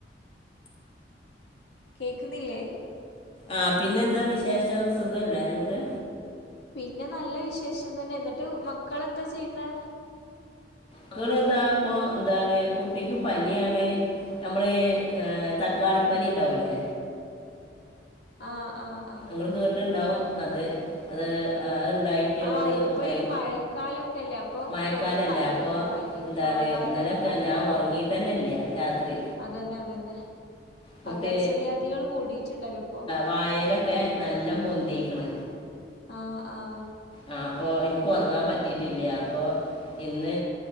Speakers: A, on the left (about 65°); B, on the left (about 30°).
A: കേക്ക്ന്നില്ലേ
B: ആഹ് പിന്നെന്താ വിശേഷം സുഖല്ലേ ന്ന്ട്ട്
A: പിന്നെ നല്ല വിശേഷം തന്നെ ന്നിട്ട് മക്കളെന്താ ചെയ്യുന്നേ
B: മക്കള് താ ഇപ്പൊ ന്താണ് കുട്ടിക്ക് പനിയാണ് നമ്മള് ഏഹ് തക്കാളിപ്പനി ണ്ടാവൂലേ
A: ആഹ് ആഹ് ആഹ്
B: കുട്ട്യോൾക്ക് ങ്ങട്ട്ണ്ടാവും അത് അത് അഹ്ണ്ടായി കുട്ട്യോൾ
A: ആഹ് ഇപ്പൊ
B: വയ്
A: ഈ മഴക്കാലൊക്കെല്ലേ അപ്പം
B: മഴക്കാലല്ലെ
A: കൊറെ പനി
B: അപ്പൊ
A: പനി
B: എന്താണ്
A: ആ വൈറൽ
B: ഇന്നലെ ഒക്കെ ഞാൻ ഉറങ്ങീട്ടെന്നെ ഇല്ല്യാ രാത്രി
A: അതെന്നെ അതെന്നെ
B: കുട്ടി
A: പകർച്ചവ്യാധികള് കൂടീട്ട്ണ്ടല്ലോ ഇപ്പോ
B: വായേലൊക്കെ നല്ലേം പൊന്തിക്ക്ണ്
A: ആഹ് ആഹ്
B: ആഹ് അപ്പൊ ഇൻക്ക് ഉറങ്ങാൻ പറ്റീട്ടില്ല അപ്പൊ ഇന്ന്